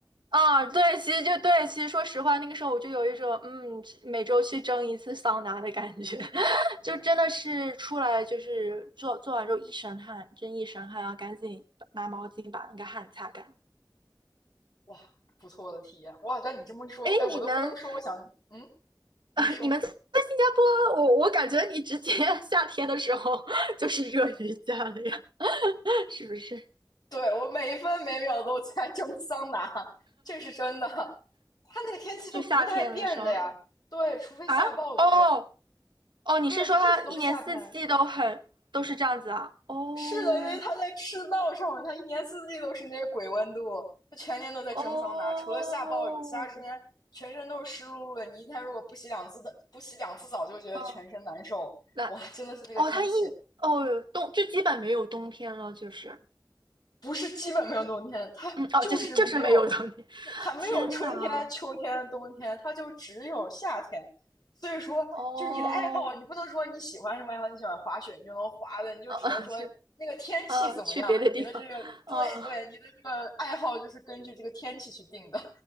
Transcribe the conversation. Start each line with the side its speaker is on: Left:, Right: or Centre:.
Right: 啊，对，其实就对，其实说实话，那个时候我就有一种，嗯，每周去蒸一次桑拿的感觉，<laughs> 就真的是出来就是做做完之后一身汗，真一身汗，然后赶紧拿毛巾把那个汗擦干。
Left: 哇，不错的体验哇！但你这么一说，
Right: 哎，
Left: 哎，我都不能说，
Right: 你们，
Left: 我想，嗯，你说，
Right: 呃，你们在新加坡，我我感觉你直接 <laughs> 夏天的时候就是热瑜伽了呀，<laughs> 是不是？
Left: 对我每一分每秒都在蒸桑拿，这是真的。它那个天气都不带变的呀，
Right: 就夏天的时候
Left: 对，除非下暴雨，
Right: 啊，哦哦，你是说它一年四季都很都是这样子啊？
Left: 对，就一直都是夏天。
Right: 哦。
Left: 是的，因为它在赤道上，它一年四季都是那个鬼温度，它全年都在蒸桑拿，
Right: 哦，
Left: 除了下暴雨，其他时间全身都是湿漉漉的。你一天如果不洗两次的，不洗两次澡，就觉得全身难受。
Right: 嗯，那
Left: 哇，真的是那个天气，
Right: 哦，它一哦冬就基本没有冬天了，就是，
Left: 不是基本没有冬天，它就是没有，
Right: 嗯，哦，就是就是没有冬天，<laughs>
Left: 它没有春天、
Right: 天呐，
Left: 秋天、冬天，它就只有夏天。所以说，
Right: 哦，
Left: 就是你的爱好，你不能说你喜欢什么爱好，你喜欢滑雪，你就能滑的，你就只能说那个天气怎么样，
Right: 呃，呃是呃，去别的地方，
Left: 你的这个对对，
Right: 嗯，
Left: 你的这个爱好就是根据这个天气去定的，